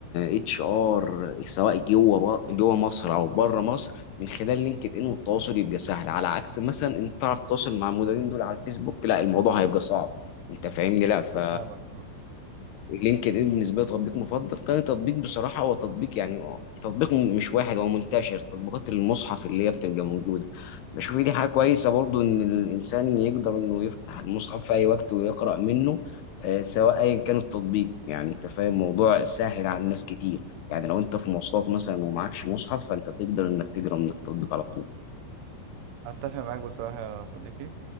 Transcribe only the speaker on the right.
فاهمك طبعاً.
أتفق معاك بصراحة يا صديقي